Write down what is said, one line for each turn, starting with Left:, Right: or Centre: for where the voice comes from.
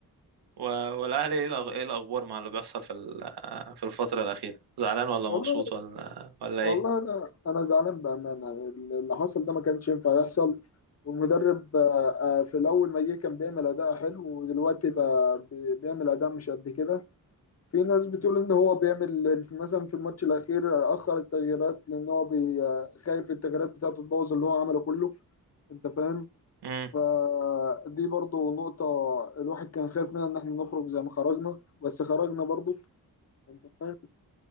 Right: و- والأهلي إيه الأخ- إيه الأخبار مع اللي بيحصل في ال- في الفترة الأخيرة زعلان ولا
Left: والله
Right: مبسوط ولا ولا
Left: والله
Right: إيه
Left: انا انا زعلان بامانه اللي حصل ده ما كانش ينفع يحصل والمدرب آه، آه، في الاول ما جه كان بيعمل اداء حلو ودلوقتي بقى بي- بيعمل اداء مش قد كده في ناس بتقول ان هو بيعمل مثلا في الماتش الاخير اخر التغييرات لان هو بي- آه، خايف التغييرات بتاعته تبوظ اللي هو عمله كله انت فاهم
Right: مم.
Left: فدي برضو نقطة الواحد كان خايف منها ان احنا نخرج زي ما خرجنا بس خرجنا برضو انت فاهم